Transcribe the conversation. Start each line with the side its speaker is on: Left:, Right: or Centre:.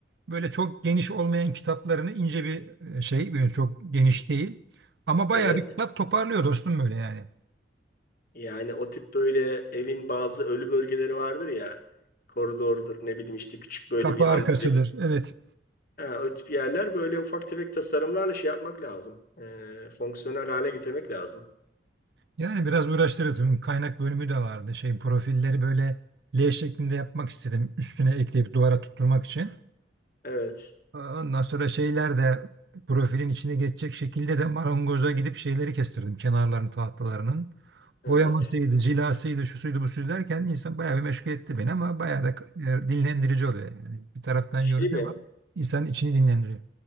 Right: Böyle çok geniş olmayan kitaplarını ince bir e, şey böyle çok geniş değil. Ama bayağı
Left: Evet.
Right: bir kitap toparlıyor dostum böyle yani.
Left: Yani o tip böyle evin bazı ölü bölgeleri vardır ya. Koridordur ne bileyim işte küçük böyle
Right: Kapı
Left: bir
Right: arkasıdır.
Left: antre.
Right: Evet.
Left: Ha, o tip yerler böyle ufak tefek tasarımlarla şey yapmak lazım. Ee, fonksiyonel hale getirmek lazım.
Right: Yani biraz uğraştırdı. Tüm Kaynak bölümü de vardı. Şey profilleri böyle L şeklinde yapmak istedim. Üstüne ekleyip duvara tutturmak için.
Left: Evet.
Right: Ondan sonra şeyler de profilin içine geçecek şekilde de marangoza gidip şeyleri kestirdim kenarlarını tahtalarının.
Left: Evet.
Right: Boyamasıydı, cilasıydı, şu suydu bu suydu derken insan bayağı bir meşgul etti beni ama bayağı da e, dinlendirici oluyor yani. Bir taraftan
Left: Şey
Right: yorucu
Left: mi?
Right: ama insanın içini dinlendiriyor.